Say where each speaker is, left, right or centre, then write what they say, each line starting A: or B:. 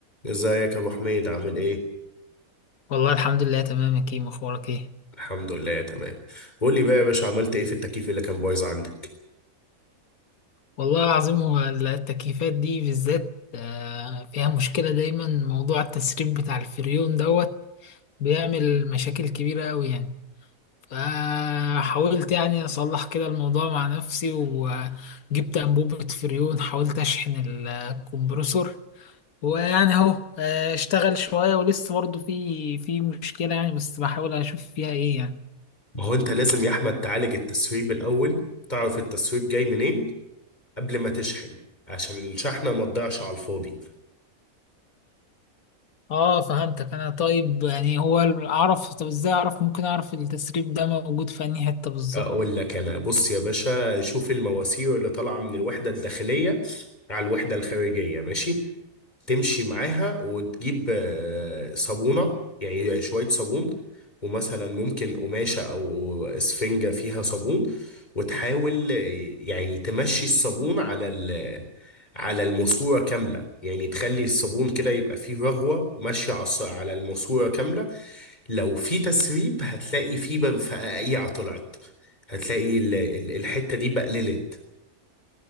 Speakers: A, on the left (about 30°); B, on the left (about 75°).
A: ازيك يا ابو حميد عامل ايه
B: والله الحمد لله تمام يا كيم اخبارك ايه
A: الحمد لله تمام قول لي بقى يا باشا عملت ايه في التكييف اللي كان بايظ عندك
B: والله العظيم هو التكييفات دي بالذات آه، فيها مشكلة دايما موضوع التسريب بتاع الفريون دوت بيعمل مشاكل كبيرة قوي يعني فحاولت يعني اصلح كده الموضوع مع نفسي وجبت انبوبة فريون حاولت اشحن الكمبرسور ويعني اهو آه، اشتغل شوية ولسه برضه في في مشكلة يعني بس بحاول اشوف فيها ايه يعني
A: ما هو انت لازم يا احمد تعالج التسريب الاول تعرف التسريب جاي منين قبل ما تشحن عشان الشحنه ما تضيعش على الفاضي
B: اه فهمتك انا طيب يعني هو اعرف طب ازاي اعرف ممكن اعرف التسريب ده موجود في انهي حتة بالظبط
A: اقول لك انا بص يا باشا شوف المواسير اللي طالعه من الوحده الداخليه على الوحده الخارجيه ماشي تمشي معاها وتجيب آه، صابونة يعني شوية صابون ومثلا ممكن قماشة أو إسفنجة فيها صابون وتحاول آه، يعني تمشي الصابون على ال على الماسورة كاملة يعني تخلي الصابون كده يبقى فيه رغوة ماشية على الص- على الماسورة كاملة لو في تسريب هتلاقي فيه بقى فقاقيع طلعت هتلاقي ال- ال- الحتة دي بقللت